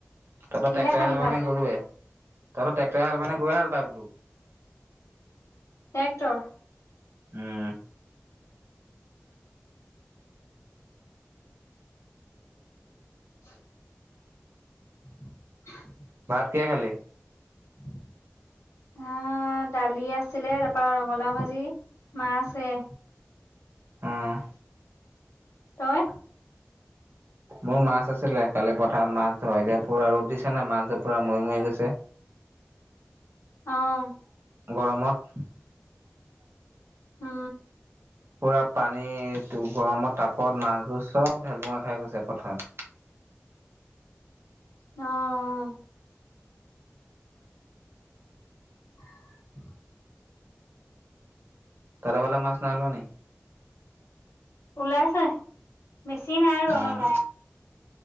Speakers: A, on the right; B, on the left.
A: তহঁত
B: কিহে
A: ট্ৰেক্টৰ
B: খালি
A: হাল
B: ভাত
A: বাইনে গৰুৱে, তহঁত ট্ৰেক্টৰ হাল বাইনে গৰুৱে হাল বাই বোলো?
B: ট্ৰেক্টৰ।
A: উম।
B: <unintelligible> <unintelligible>
A: ভাত কিহে খালি?
B: <unintelligible> ভাত দালি আছিলে তাৰপা ৰঙালাও ভাজি, মাছ হেয়া।
A: আহ।
B: তই?
A: মোৰ মাছ আছিলে, কালি পথাৰত মাছ ধই দিয়া পুৰা ৰ'দ দিছে না মাছ পুৰা মই মই গৈছে।
B: অ'।
A: গৰমত।
B: উ।
A: পুৰা পানীটো গৰমত তাপত মাছবোৰ চব ঢেলুঙা খাই গৈছে পথাৰত।
B: <inaudible> অ'। <inaudible>
A: তাত হেফালে মাছ নাই ওলোৱা নি?
B: ওলাইছে, বেছি নাই আৰু
A: অ',
B: অলপ অলপ।